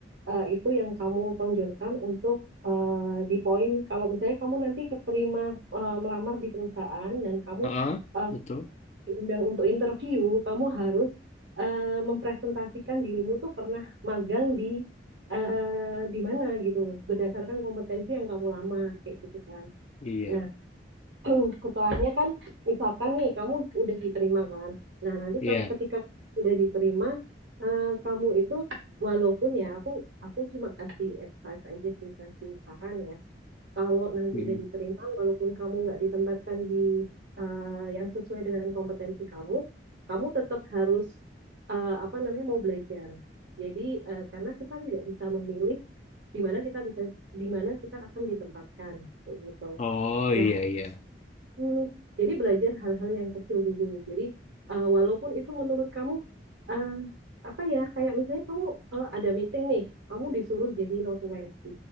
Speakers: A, on the right; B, on the left.
A: eh, itu yang kamu tonjolkan untuk eh, di poin. Kalau misalnya kamu nanti keterima eh, melamar di perusahaan dan kamu
B: Heeh,
A: eh,
B: betul.
A: diundang untuk interview, kamu harus eh, mempresentasikan dirimu tuh pernah magang di eh, di mana gitu berdasarkan kompetensi yang kamu lamar kayak gitu kan.
B: Iya,
A: Nah, <clears throat> setelahnya kan misalkan nih kamu udah diterima kan. Nah, nanti
B: iya.
A: kalau ketika udah diterima eh, kamu itu walaupun ya aku aku cuma kasih advice aja sih kasih saran ya kalau nanti
B: mm
A: udah diterima, walaupun kamu nggak ditempatkan di eh, yang sesuai dengan kompetensi kamu, kamu tetap harus eh, apa namanya mau belajar. Jadi eh, karena kita tidak bisa memilih di mana kita bisa di mana kita akan ditempatkan kayak gitu.
B: Oh iya
A: Nah,
B: iya.
A: Hmm, Jadi belajar hal-hal yang kecil dulu. Jadi eh, walaupun itu menurut kamu eh, apa ya kayak misalnya kamu eh, ada meeting nih, kamu disuruh jadi notulensi.